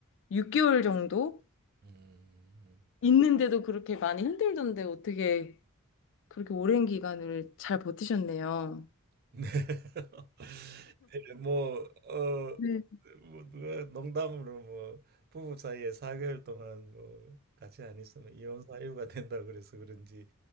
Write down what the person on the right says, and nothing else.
음,
네. <laughs> 예 뭐 어
뭐 누가 농담으로 뭐 부부 사이에 4 개월 동안 뭐 같이 안 있으면 이혼 사유가 된다고 그래서 그런지